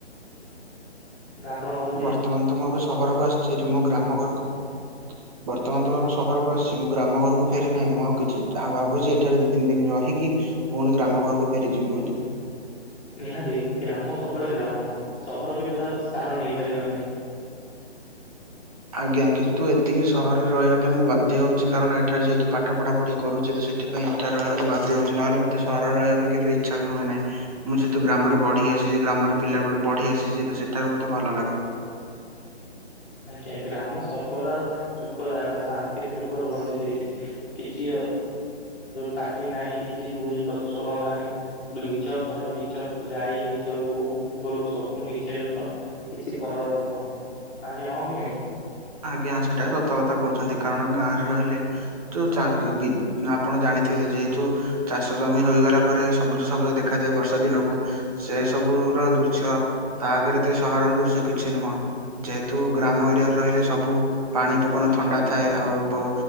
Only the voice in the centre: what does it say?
ନା ଆପଣଙ୍କ
ହ
ନିହାତି ଗ୍ରାମ ସବୁବେଳେ ଗ୍ରାମ, ସହର କେବେ ତା ସ୍ଥାନ ନେଇପାରିବ ନାହିଁ।
ଆଜ୍ଞା ଗ୍ରାମ ସର୍ବଦା ସୁଖଦାୟକ ଶାନ୍ତିରେ ଲୋକ ରୁହନ୍ତି ସେଇଠି। କିଛି ପାଟି ନାହିଁ, କିଛି ଧୂଳି ପ୍ରଦୂଷଣ ନାହିଁ। ନିଜ ଘର, ନିଜ ଗାଈ, ନିଜ ଗୋ ଗୋରୁ ସବୁ ନିଜର। କିଛି ପରର ନୁହଁ। ଆଜ୍ଞା ହଁ କି ନାହିଁ?